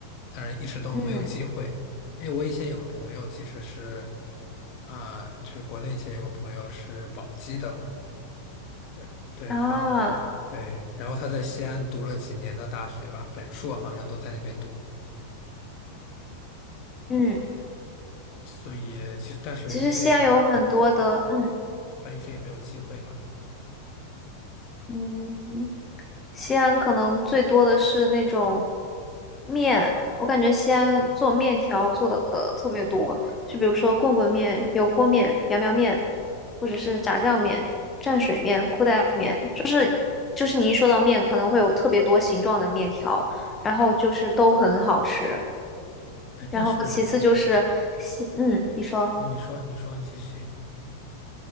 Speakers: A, on the left (about 40°); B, on the left (about 20°).
A: 但是一直都没有机会。
B: 嗯
A: 哎，我以前有个朋友其实是啊，就是国内以前有个朋友是宝鸡的嘛，呃对，
B: 啊
A: 然后对，然后他在西安读了几年的大学吧，本硕好像都在那边读，
B: 嗯，
A: 所以其实但是一直也
B: 其实西安有很多的嗯。
A: 但一直也没有机会嘛。
B: 嗯，西安可能最多的是那种面，我感觉西安做面条做的特别多，就比如说棍棍面、油泼面、苗苗面，或者是炸酱面、蘸水面、裤带面，就是你一说到面，可能会有特别多形状的面条，然后就是都很好吃。
A: 哎，
B: 然后其次就是西，
A: 但是
B: 嗯，你说，
A: 那你说你说你继续。